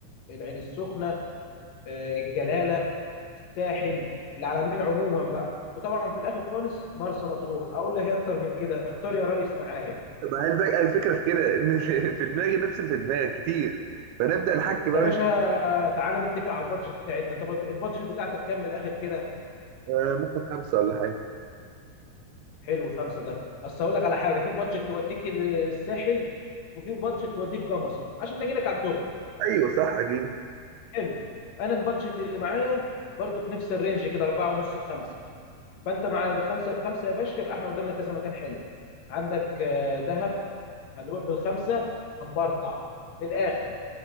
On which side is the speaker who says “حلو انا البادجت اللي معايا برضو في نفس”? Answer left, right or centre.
Left